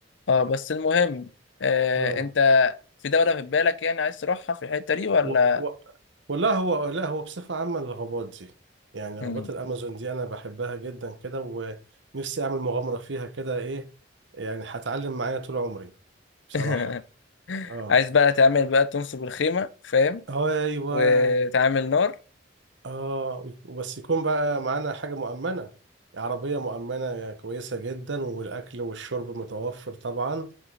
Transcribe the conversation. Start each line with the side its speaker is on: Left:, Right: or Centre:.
Left: اه بس المهم آه
Right: اه
Left: انت في دولة في بالك يعني عايز تروحها في الحتة دي ولا
Right: و... و... ولا هو لا هو بصفة عامة الغابات دي يعني
Left: مم.
Right: غابات الأمازون دي أنا بحبها جدا كده ونفسي أعمل مغامرة فيها كده إيه يعني هتعلم معايا طول عمري بصراحة
Left: <laughs>
Right: اه
Left: عايز بقى تعمل بقى تنصب الخيمة فاهم
Right: أيوه
Left: وتعمل نار
Right: اه وبس يكون بقى معانا حاجة مؤمنة عربية مؤمنة كويسة جدا والأكل والشرب متوفر طبعا